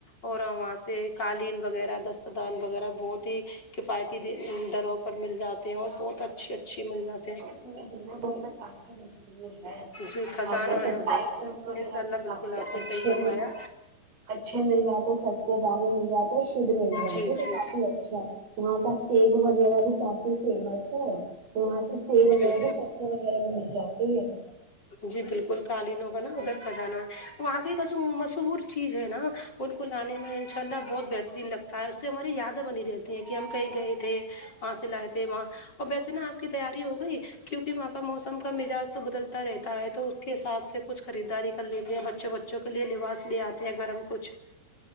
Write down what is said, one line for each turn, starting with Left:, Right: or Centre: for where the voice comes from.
Left: اور وہاں سے قالین وغیرہ دست دان وغیرہ بہت ہی کفایتی دی دروں پر مل جاتے ہیں اور بہت اچھی اچھی مل جاتی
Right: پورے دنیا بھر میں کافی مشہور ہے
Left: جی خزانہ
Right: اور پے جو
Left: ہے ادھر
Right: ڈرائی فروٹ وغیرہ
Left: انشاء اللہ
Right: بھی
Left: بالکل
Right: کافی
Left: آپ نے
Right: اچھے
Left: صحیح فرمایا
Right: ہیں اچھے مل جاتے سستے دام میں مل جاتے اور شدھ مل جاتے
Left: جی
Right: تو
Left: جی
Right: کافی اچھا یہاں کا سیب وغیرہ بھی کافی فیمس ہے تو یہاں سے سیب وغیرہ
Left: جی
Right: بھی سستے وغیرہ میں مل جاتی ہی ہیں
Left: جی بالکل قالینوں کا نا ادھر خزانہ وہاں کی کا جو مشہور چیز ہے نا ان کو لانے میں ان شاء اللہ بہت بہترین لگتا ہے اس سے ہماری یادیں بنی رہتی ہیں کہ ہم کہیں گئے تھے وہاں سے لائے تھے وہاں اور ویسے نا آپ کی تیاری ہو گئی کیوںکہ وہاں کا موسم کا مزاج تو بدلتا رہتا ہے تو اس کے حساب سے کچھ خریداری کر لیتے ہیں بچوں بچوں کے لیے لباس لے آتے ہیں گرم کچھ